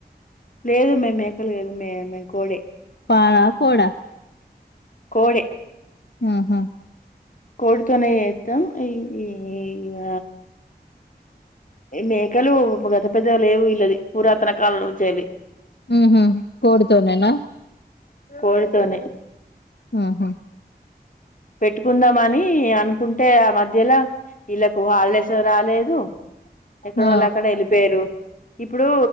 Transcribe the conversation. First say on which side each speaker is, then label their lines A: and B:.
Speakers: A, on the left (about 50°); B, on the left (about 85°).
A: లేదు మే మేకలు కాదుమే మేం కోడె
B: పాళ కోడా
A: కోడె
B: ఆహా
A: కోడితోనే చేత్తం ఈ గ మేకలు గత పెద్ద లేవు వీళ్ళది, పురాతన కాలం నుంచి యెళ్లి.
B: మ్మ్ హ్మ్ కోడుతోనేనా
A: కోడితోనే
B: ఆహా
A: పెట్టుకుందామని అనుకుంటే ఆ మధ్యలో వీళ్ళకు హాలిడేసు రాలేదు ఎక్కడ
B: ఆ
A: వాళ్ళు అక్కడే వెళ్ళిపేయిరు ఇప్పుడు